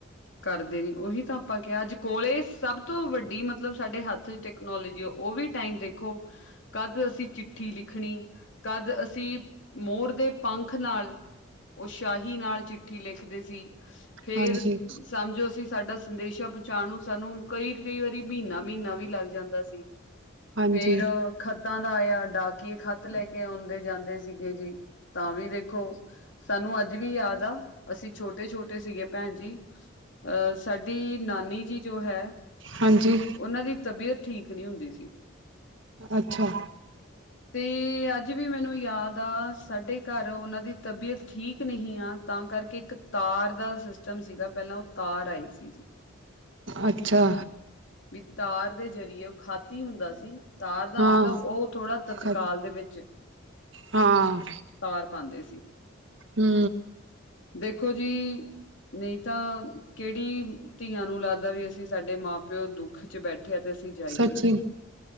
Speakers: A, on the left (about 65°); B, on the right (about 65°).
A: ਕਰਦੇ ਨੇ ਉਹੀ ਤਾਂ ਆਪਾਂ ਕਿਹਾ ਅੱਜ ਕੋਲੇ ਸਭ ਤੋਂ ਵੱਡੀ ਮਤਲਬ ਸਾਡੇ ਹੱਥ ਚ ਟੈਕਨੋਲੋਜੀ ਆ ਉਹ ਵੀ ਟਾਈਮ ਦੇਖੋ ਕਦ ਅਸੀਂ ਚਿੱਠੀ ਲਿਖਣੀ ਕਦ ਅਸੀਂ ਮੋਰ ਦੇ ਪੰਖ ਨਾਲ ਓਹ ਸ਼ਾਹੀ ਨਾਲ ਚਿੱਠੀ ਲਿਖਦੇ ਸੀ ਫੇਰ
B: ਹਾਂਜੀ,
A: ਸਮਝੋ ਅਸੀਂ ਸਾਡਾ ਸੰਦੇਸ਼ਾਂ ਪਹੁੰਚਾਉਣ ਨੂੰ ਸਾਨੂੰ ਕਈ ਕਈ ਵਾਰੀ ਮਹੀਨਾ ਮਹੀਨਾ ਵੀ ਲੱਗ ਜਾਂਦਾ ਸੀ। <unintelligible>
B: ਹਾਂਜੀ,
A: ਫੇਰ ਖੱਤਾਂ ਦਾ ਆਇਆ ਡਾਕੀਏ ਖੱਤ ਲੈ ਕੇ ਆਉਂਦੇ ਜਾਂਦੇ ਸੀਗੇ ਜੀ। ਤਾਂ ਵੀ ਦੇਖੋ ਸਾਨੂੰ ਅੱਜ ਵੀ ਯਾਦ ਆ ਅਸੀਂ ਛੋਟੇ ਛੋਟੇ ਸੀਗੇ ਭੈਣ ਜੀ। ਅਹ ਸਾਡੀ ਨਾਨੀ ਜੀ ਜੋ ਹੈ।
B: ਹਾਂਜੀ
A: ਉਹਨਾਂ ਦੀ ਤਬੀਅਤ ਠੀਕ ਨਹੀਂ ਹੁੰਦੀ ਸੀ।
B: ਅੱਛਾ।
A: <inaudible> ਤੇ, ਅੱਜ ਵੀ ਮੈਨੂੰ ਯਾਦ ਆ, ਸਾਡੇ ਘਰ ਉਹਨਾਂ ਦੀ ਤਬੀਅਤ ਠੀਕ ਨਹੀਂ ਆ। ਤਾਂ ਕਰਕੇ ਇੱਕ ਤਾਰ ਦਾ ਸਿਸਟਮ ਸੀਗਾ, ਪਹਿਲਾਂ ਉਹ ਤਾਰ ਆਈ ਸੀ। ਜੀ
B: ਅੱਛਾ।
A: ਵੀ ਤਾਰ ਦੇ ਜਰੀਏ, ਉਹ ਖਤ ਈ ਹੁੰਦਾ ਸੀ। ਤਾਰ ਦਾ
B: ਹਾਂ,
A: ਮਤਲਬ, ਉਹ ਥੋੜਾ ਤਤਕਾਲ
B: ਖ
A: ਦੇ ਵਿੱਚ।
B: ਹਾਂ
A: ਤਾਰ ਪਾਂਦੇ ਸੀ।
B: ਹੂੰ।
A: ਦੇਖੋ ਜੀ, ਨਹੀਂ ਤਾਂ ਕਿਹੜੀ ਧੀਆਂ ਨੂੰ ਲੱਗਦਾ ਵੀ ਅਸੀਂ ਸਾਡੇ ਮਾਂ-ਪਿਓ ਦੁੱਖ'ਚ ਬੈਠੇ ਆ, ਤੇ ਅਸੀਂ ਜਾਈਏ
B: ਸੱਚੀ
A: ਨਾ।